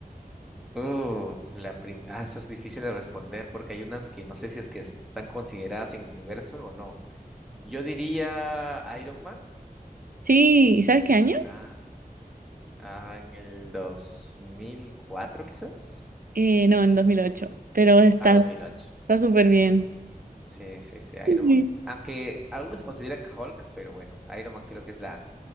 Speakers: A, in the centre; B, on the right.
A: Uh, la prim- ah, eso es difícil de responder porque hay unas que no sé si es que están consideradas en el universo o no. Yo diría Iron Man.
B: Sí, ¿y sabes qué año?
A: Ah, ah, en el 2004 quizás.
B: Eh, no, en 2008, pero está,
A: A dos mil ocho
B: está súper bien.
A: Sí, sí, sí,
B: Sí.
A: Iron Man. Aunque algunos se consideran Hulk, pero bueno, Iron Man creo que es la,